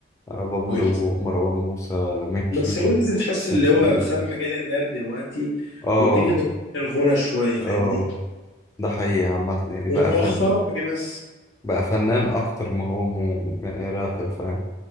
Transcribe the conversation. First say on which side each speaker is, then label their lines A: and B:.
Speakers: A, on the left; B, on the left.
A: آه بابلو
B: ويجز
A: مروان موسى ميك كيزا
B: بس ويجز تحس اللي
A: ميك
B: هو
A: القديم
B: ساب مجال الراب دلوقتي
A: اه
B: واتجه في الغنى شويه فاهمني
A: اه ده حقيقي عامة يعني
B: ومؤخرا
A: بقى فن
B: بيمثل
A: بقى فنان اكتر ما هو م- م- رابر فاهم